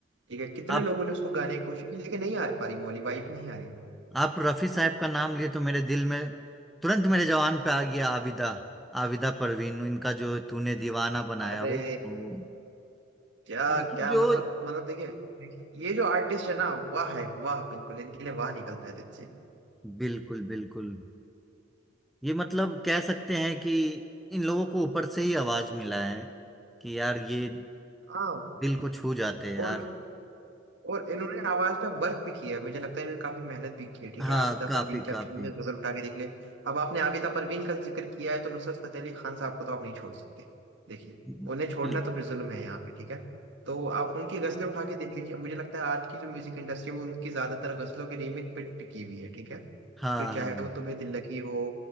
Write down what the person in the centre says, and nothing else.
आप
आप रफी साहब का नाम लिए तो मेरे दिल में तुरंत मेरे जवान पे आ गया आबिदा आबिदा परवीन इनका जो तूने दीवाना बनाया
वो वो-
उनकी
जो
बिल्कुल बिल्कुल ये मतलब कह सकते हैं कि इन लोगों को ऊपर से ही आवाज मिला है कि यार ये
दिल को छू जाते हैं यार
हाँ
काफी
काफी
बिल-
हाँ
हाँ